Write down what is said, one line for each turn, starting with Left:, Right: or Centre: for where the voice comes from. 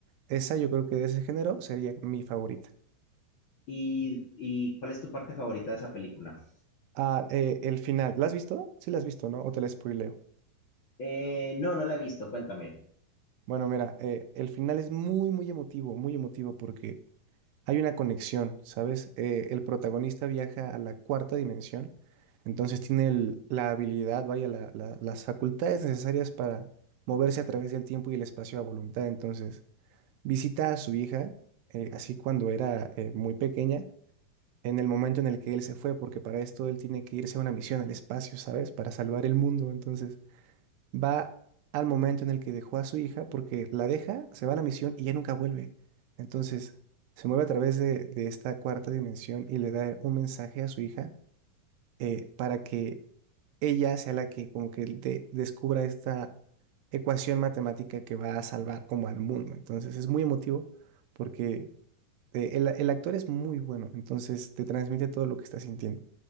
Right: esa yo creo que de ese género sería mi favorita.
Left: ¿Y, y cuál es tu parte favorita de esa película?
Right: Ah, eh, el final, ¿la has visto? Sí, la has visto, ¿no? O te la spoileo.
Left: Eh, no, no la he visto, cuéntame.
Right: Bueno, mira, eh, el final es muy, muy emotivo, muy emotivo porque hay una conexión, ¿sabes? Eh, el protagonista viaja a la cuarta dimensión, entonces tiene el- la habilidad, vaya, la- la- las facultades necesarias para moverse a través del tiempo y el espacio a voluntad. Entonces, visita a su hija, eh, así cuando era eh, muy pequeña, en el momento en el que él se fue, porque para esto él tiene que irse a una misión al espacio, ¿sabes? Para salvar el mundo. Entonces, va al momento en el que dejó a su hija, porque la deja, se va a la misión y ya nunca vuelve. Entonces, se mueve a través de, de esta cuarta dimensión y le da un mensaje a su hija eh, para que ella sea la que como que de- descubra esta ecuación matemática que va a salvar como al mundo. Entonces, es muy emotivo porque eh, el, el actor es muy bueno, entonces te transmite todo lo que está sintiendo.